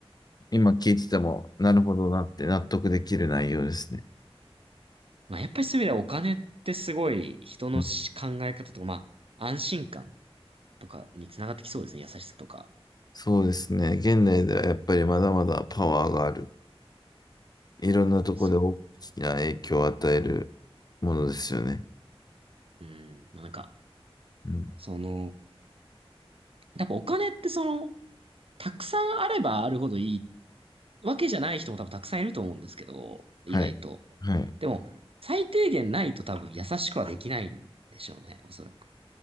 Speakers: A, on the left; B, on the right.
A: 今聞いてても、なるほどなって納得できる内容ですね。
B: まあやっぱりそういう意味ではお金ってすごい人のし考え方とか、
A: うん
B: まあ安心感とかにつながってきそうですね。優しさとか。
A: そうですね。現代ではやっぱりまだまだパワーがある。いろんなところで大きな影響を与える
B: そ
A: ものですよね。
B: う。うん。なんか、
A: うん。
B: その、やっぱお金ってその、たくさんあればあるほどいいわけじゃない人も多分たくさんいると思うんですけど、意外と。
A: はい。はい。
B: でも、最低限ないと多分優しくはできないんでしょうね。おそらく。